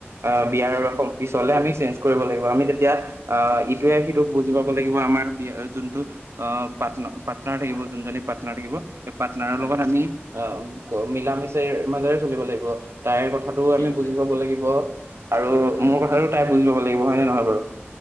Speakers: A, on the right; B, on the left.
A: অঁ বিয়াৰ পিছলে আমি চেঞ্জ কৰিব লাগিব, আমি তেতিয়া অঁ ইটোৱে সিটোক বুজি পাব লাগিব, আমাৰ বিয়া যোনটো অঁ পাটনা পাৰ্টনাৰ থাকিব
B: হয়
A: যোনজনী পাৰ্টনাৰ থাকিব সেই পাৰ্টনাৰৰ
B: হয়
A: লগত আমি অঁ মিলা মিচাৰ মাজেৰে চলিব লাগিব, তাইৰ কথাটো
B: ঠিকেই
A: আমি
B: কৈছে
A: বুজি পাব লাগিব। আৰু
B: উম
A: মোৰ কথাটো তাই বুজিব লাগিব হয় নে নহয় বাৰু।